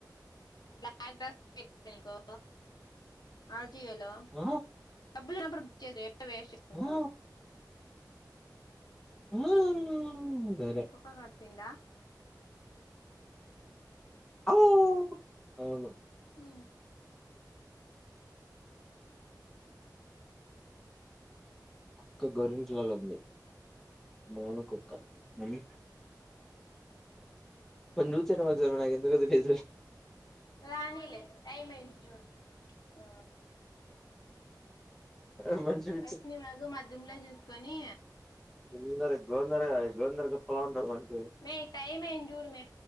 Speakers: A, on the left (about 65°); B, in the centre.
A: బ్లాక్ డ్రెస్ బుక్ చేసుకో ఆ జియోలో
B: ఆ
A: డబ్బులునప్పు బక్ చేయాకు లేనప్పుడు వేస్ట్ చేసుకుంటావు
B: ఆ అమ్మో సరే
A: నీకు కుక్క కరిసిందా
B: ఆవ్ అవును
A: హ
B: కుక్క గోరిట్లలో ఉంది మౌన కుక్క హ కొంచెం <unintelligible> నాకు ఎందుకో తెలీదు
A: రానీలే టైం అయింది చూడు ఆ
B: ఆ మంచిది
A: ఫస్ట్ నీ మొఖం అద్దంలో చూసుకొని
B: గోవింద గోవింద గోవిందరా గోప్పలా ఉంటారు మంచిగా
A: అమే టైం అయింది చూడమ్మా